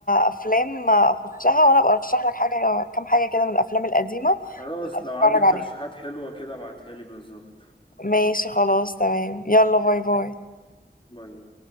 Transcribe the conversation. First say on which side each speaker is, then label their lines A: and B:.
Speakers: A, on the left (about 50°); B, on the left (about 30°).
A: افلام اخشها وانا ابقى ارشح لك حاجه كام حاجه كده من الافلام القديمه
B: خلاص
A: تبقى تتفرج
B: لو عندك
A: عليها
B: ترشيحات حلوه كده ابعتها لي بالظبط
A: ماشي خلاص تمام يلا باي باي
B: باي باي